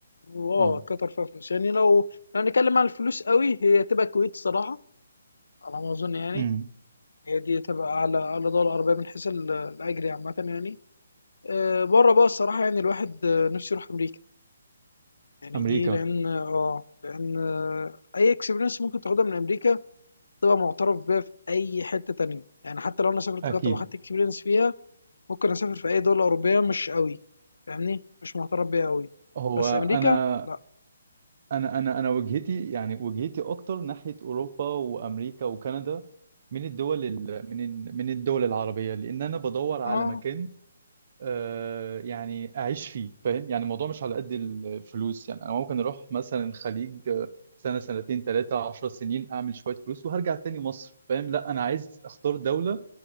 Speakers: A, on the left; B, on the right.
A: واه
B: اه
A: قطر فيها فلوس يعني لو لو هنتكلم عن الفلوس قوي هي تبقى الكويت الصراحه على ما اظن يعني
B: امم
A: هي دي تبقى على على دول العربية من حيث ال- الأجر عامة يعني آه، بره بقى الصراحة يعني الواحد آه، نفسه يروح أمريكا يعني
B: امريكا
A: دي لأن اه لأن آه، أي اكسبيرينس ممكن تاخدها من أمريكا تبقى معترف بيها في أي حتة تانية يعني حتى لو أنا سافرت
B: اكيد
A: قطر وأخدت اكسبيرينس فيها ممكن أسافر في أي دولة أوروبية مش قوي فاهمني مش معترف بيها قوي
B: هو
A: بس
B: انا
A: أمريكا لأ
B: انا انا انا وجهتي يعني وجهتي اكتر ناحيه اوروبا وامريكا وكندا من الدول ال... من ال... من الدول العربيه لان انا بدور على
A: اه
B: مكان آه، يعني اعيش فيه فاهم يعني الموضوع مش على قد الفلوس يعني انا ممكن اروح مثلا الخليج آه، سنه سنتين ثلاثه عشر سنين اعمل شويه فلوس وهرجع تاني مصر فاهم لا انا عايز اختار دوله